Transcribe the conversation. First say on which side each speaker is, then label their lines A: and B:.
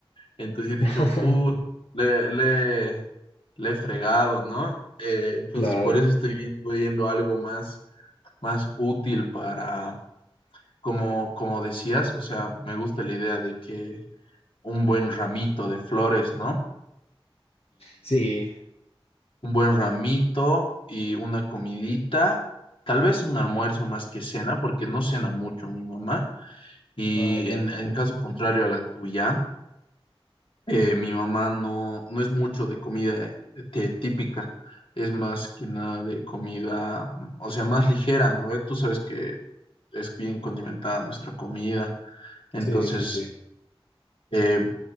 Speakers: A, on the left; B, on the left.
A: Entonces he dicho,
B: <laughs>
A: put, le, le, le he fregado, ¿no? Eh, entonces
B: Claro,
A: por eso estoy vi- viendo algo más, más útil para, como, como decías, o sea, me gusta la idea de que un buen ramito de flores, ¿no?
B: sí,
A: un buen ramito y una comidita, tal vez un almuerzo más que cena, porque no cena mucho mi mamá. Y
B: ah, ya.
A: en, en caso contrario a la tuya, eh, mi mamá no, no es mucho de comida este, típica, es más que nada de comida, o sea, más ligera, ¿no? ve? Tú sabes que es bien condimentada nuestra comida, entonces...
B: Sí, sí, sí.
A: eh,